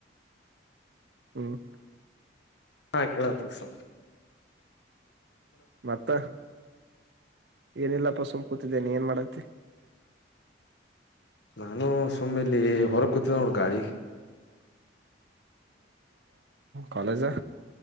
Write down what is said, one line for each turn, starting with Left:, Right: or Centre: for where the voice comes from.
Right: ಹ್ಮ್
Left: ಹಾ ಕೇಳತಸ <inaudible>
Right: ಮತ್ತಾ ಏನಿಲ್ಲ ಪಸ ಸುಮಕೂತಿದ್ದೇ ನೀನ್ ಎನ್ ಮಾಡಾತ್ತಿ
Left: ನಾನೂ ಸುಮ್ಮ ಇಲ್ಲಿ ಹೊರ ಕೂತಿದ್ದ ನೋಡ ಗಾಳಿಗ್
Right: ಕಾಲೇಜಾ